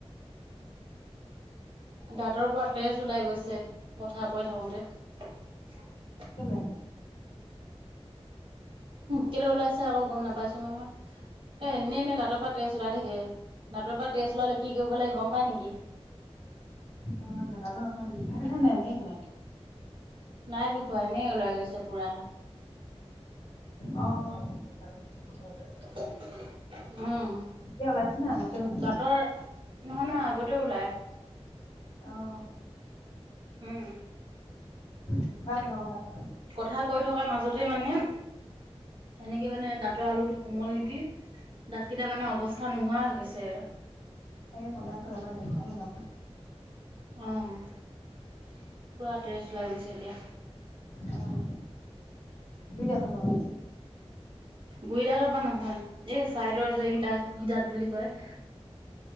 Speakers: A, on the right; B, on the left.
A: দাঁতৰ পৰা তেজ ওলাই গৈছে, কথা কৈ থাকোঁতে।
B: কেলে
A: কেলৈ ওলাইছে আকৌ, গম নাপাইছোঁ নহয়। এ এনে এনে দাতপা তেছ ওলাই থাকে। দাঁতৰ পৰা তেছ ওলালে কি কৰিব লাগে, গম পায় নেকি?
B: অ, নাজানো নহয়। বিষায় নে এনে উলাই?
A: নাই বিষুৱা, এনেই ওলাই গৈছে পুৰা।
B: অ <unintelligible>
A: <unintelligible> উম।
B: এতিয়া ওলাইছে না গোটেই ওলাই
A: দাঁতৰ নহয় নহয় আগতেও ওলাই।
B: অঁ।
A: উম।
B: দেখুৱাই ল'বা আকৌ তাক
A: কথা কৈ থকাৰ মাজতে মানে, এনেকে মানে দাঁতৰ আলুটোক কোমল নেকি? দাতকেইটা মানে অৱস্থা নোহোৱা হৈ গৈছে।
B: চাগে প্ৰডাক্টো এবাৰ দেখোৱাই ল'বা।
A: অ, অ। পুৰা তেছ ওলাই গৈছে এতিয়া।
B: অ'। গুৰি দাতপা ওলা
A: গুৰি দাঁত পা নহয়। এই চাইদৰ যে একিটা, কি দাঁত বুলি কয়।